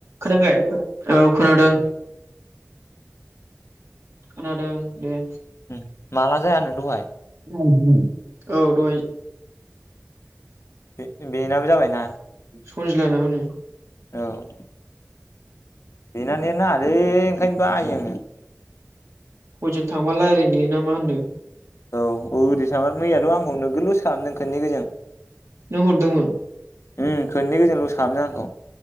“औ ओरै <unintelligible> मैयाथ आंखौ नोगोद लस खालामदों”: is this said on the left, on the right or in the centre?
Left